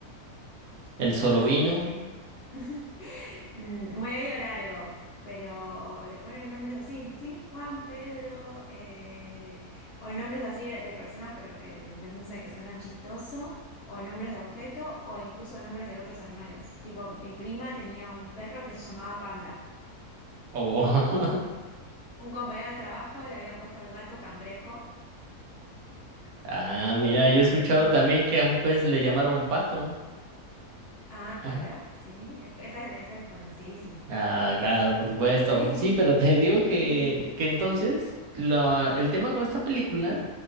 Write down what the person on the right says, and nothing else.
el
solo
vino
o... <laughs>
Ah, mira,
yo he escuchado también que a un pez le llamaron pato.
Ajá.
Ah, claro, por supuesto.
Sí, pero te digo que,
que entonces lo- el tema con esta película